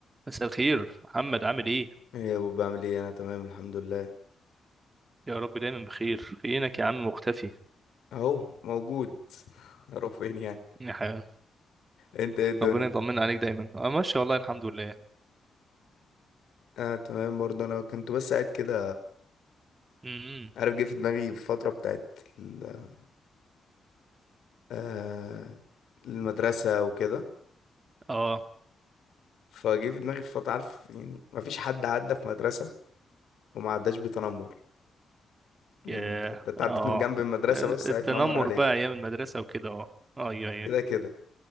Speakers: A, on the right; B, on the left.
A: مساء الخير محمد عامل ايه
B: ايه يا ابو بعمل ايه انا تمام الحمد لله
A: يا رب دايما بخير فينك يا عم مختفي
B: اهو موجود <laughs> اروح فين يعني
A: يا حبيبي
B: انت ايه الدنيا
A: ربنا يطمن عليك دايما اه ماشي والله الحمد لله
B: اه تمام برضه انا كنت بس قاعد كده
A: امم
B: عارف جه في دماغي الفتره بتاعت ال- آه المدرسه وكده
A: اه
B: فجه في دماغي فتره عارف يعني ما فيش حد عدى في مدرسه وما عداش بتنمر يعني
A: يا
B: انت انت عديت
A: اه
B: من جنب المدرسه بس
A: التنمر
B: هيتنمر عليك
A: بقى ايام المدرسه وكده اه ايوه ايوه
B: كده كده